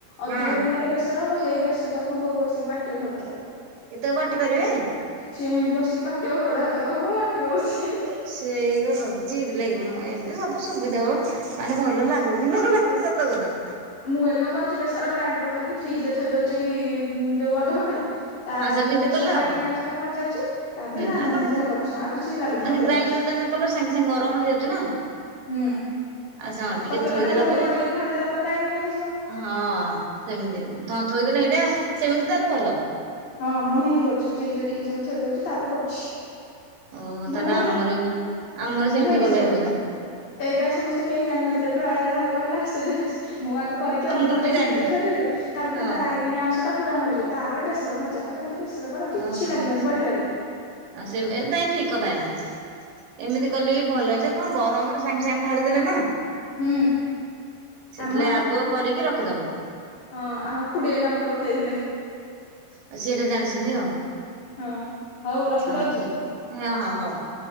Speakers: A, on the left; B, on the right.
A: ଅଧ
B: ହଁ
A: ବେଲ ଲାଖେ ବେସର ହବ ହେଇ ବେସର ତକ ମୋ ବୋଉ ବସିକି ବାଟିବ ସବୁ ତକ।
B: ଏତକ ବାଟି ପାରିବେ?
A: ସିଏ ହେମିତି ବସିକି ବାଟିବ ଗୋଡ ହାତ କଣ ହବ ବାଟିବ ବସିକି ଏମିତି।
B: ସେଇ କଥା ତ ଚିଡି ଲାଗିବ ମା ଏବେ ସବୁ ସୁବିଧା ପା। ମାନେ ଭଲ ଲାଗୁ କି ନଲାଗୁ ସତକଥା।
A: ମୁଁ ଏଠି କଣ କରୁଛି ବେସର ଗ୍ରାଇଣ୍ଡର କରିକି ଫ୍ରିଜରେ ଥୋଇ ଦଉଛି ଯୋଉ ଅଧଘଣ୍ଟେ ତା
B: ହଁ ସେମିତି
A: ଯୋଉ ବେସର
B: କଲେ
A: ରାଇଗଣିଆ
B: ହବ
A: ଅଂଶ ଟା ମରିଯାଉଛି ତାପରେ
B: ହୁଁ
A: ରାନ୍ଧା
B: ଆଉ କଣ
A: ରାନ୍ଧି
B: କି
A: ଯାହା କରୁଛି ଆଉ କିଛି ଲାଗୁନି
B: ମାନେ
A: ଭଲ
B: ଗ୍ରାଇଣ୍ଡର
A: ଲାଗୁଛି।
B: ତମେ କଲ ସାଙ୍ଗେ ସାଙ୍ଗେ ଗରମ ହେଇଯାଉଛି ନା।
A: ହୁଁ
B: ଆଉ ସେ ଟିକେ
A: ତତଲା
B: ଥୋଇଦେଲା
A: ଟା ଫୁଣି
B: ପରେ
A: କଡେଇକି ଢାଳି ଦେଲା ପରେ ରାଇଗଣିଆ ହେଇଯିବ।
B: ହଁ ସେମିତି ତମେ ଥୋଇଦେନେ ହେଇଟା ସେମିତି ତାହେଲେ ଭଲ।
A: ହଁ ମୁଁ ହିନ୍ତି କରୁଛି ଫ୍ରିଜରେ ଟିକେ ସମୟ ଥୋଇ ଦୋଉଛି ତାପରେ କରୁଛି।
B: ଓହୋ
A: ଭଲ
B: ତାହେଲେ
A: କି
B: ଆମର
A: ନାଇଁ
B: ବି ଆମର
A: ମୁଁ
B: ସେମିତି
A: ହେନ୍ତି
B: କଲେ
A: ସବୁବେଳେ
B: ହେବ ତାହେଲେ।
A: ଏଇଟା ସମସ୍ତେ କେହି ଜାଣିନଥିଲେ ପ୍ରାୟ ଯାହାକୁ କହିଲେ ଆଶ୍ଚର୍ଯ୍ୟ ହେଇ ମୁଁ ଆଗ କରିକି ଅଧଘଣ୍ଟେ
B: ମୁଁ ବି
A: ଫ୍ରିଜରେ
B: ଜାଣିନି
A: ଥୋଇଦେବି ତାପରେ ନା
B: ହଁ
A: ତା ରାଇଗଣିଆ ଅଂଶଟା ପୁରା ମରିଯିବ ତାପରେ ବେସ ବେସର ଭଜା କର କି ବେସର କର କିଛି
B: ଓହୋ
A: ଲାଗିବନି
B: ଆଉ
A: ବଢିଆ ଲାଗିବ।
B: ସେ ନାଇଁ ଠିକ୍ କଥା ଏରା। ଏମିତି କଲେ ବି ଭଲ ସେ କଣ ଗରମରେ ସାଙ୍ଗେ ସାଙ୍ଗେ ଢାଳିଦଲେ ନା
A: ହୁଁ
B: ସେଥିଲାଗି
A: ଆମ
B: ଆଗୁଆ କରିକି ରଖିଦବ।
A: ହଁ ଆମ ଖୁଡି ଏଇଟା ମତେ ବତେଇ ଥିଲେ।
B: ଆଉ ସେ ଏଇଟା ଜାଣିଛନ୍ତି ଆଉ
A: ହଁ ହଉ ରଖିଦଉଛି।
B: ହଁ ଠିକ୍ ହଁ ହଁ ହଉ।